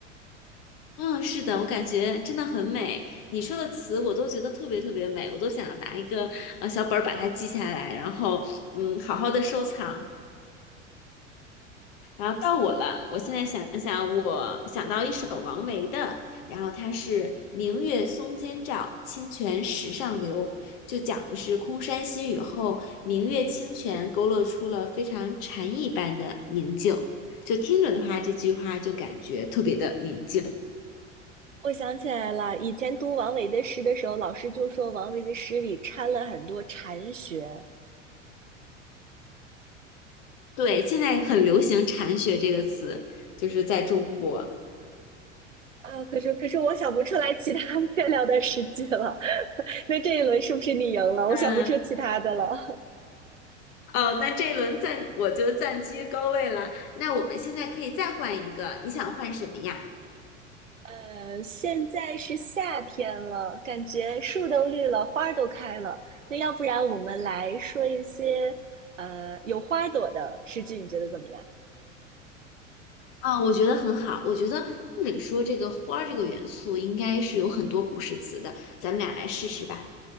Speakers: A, on the left; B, on the right.
A: 嗯，是的，我感觉真的很美。你说的词我都觉得特别特别美，我都想要拿一个呃小本儿把它记下来，然后嗯好好的收藏。然后到我了，我现在想想，我想到一首王维的，然后他是“明月松间照，清泉石上流”，就讲的是空山新雨后，明月清泉勾勒出了非常禅意般的宁静。就听着的话，这句话就感觉特别的宁静。
B: 我想起来了，以前读王维的诗的时候，老师就说王维的诗里掺了很多禅学。
A: 对，现在很流行“禅学”这个词，就是在中国。
B: 啊，可是可是我想不出来其他 <laughs> 月亮的诗句了。<laughs> 那这一轮是不是你赢了？
A: 嗯，
B: 我想不出其他的了。
A: 哦，那这一轮暂我就暂居高位了。那我们现在可以再换一个，你想换什么呀？
B: 呃，现在是夏天了，感觉树都绿了，花都开了。那要不然我们来说一些呃有花朵的诗句，你觉得怎么样？
A: 啊，我觉得很好。我觉得按理说这个花儿这个元素应该是有很多古诗词的，咱们俩来试试吧。